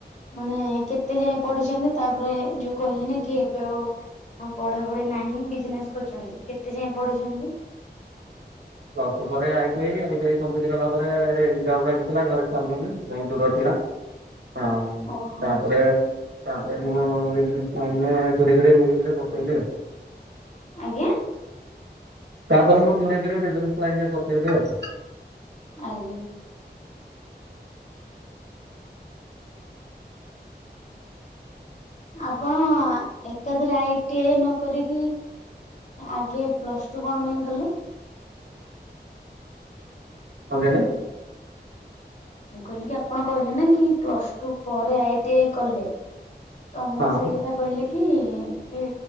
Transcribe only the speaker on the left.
ମାନେ କେତେ ଯାଏ ପଢିଚନ୍ତି ତାପରେ ଯୋଉ କହିଲେ ନା କି ଏବେ ଆଉ ଆଉ ପଢାପଢି ନାହିଁ ବିଜନେସ କରଚନ୍ତି କେତେ ଯାଏଁ ପଢିଚନ୍ତି?
ଓହୋ
ଆଜ୍ଞା।
ଆଜ୍ଞା। ହୁଁ ହ ଆପଣ ଏକାଥରେ ଆଇ ଟି ଆଇ ନକରିକି। ଆଗେ ପ୍ଲସ ଟୁ କଣ ପାଇଁ କଲେ।
ମୁଁ କହିଲି କି ଆପଣ କହିଲେ ନା କି ପ୍ଲସ ଟୁ ପରେ ଆଇ ଟି ଆଇ କଲେ। ତ ମୁଁ
ସେଇ କଥା। କହିଲେ କି କି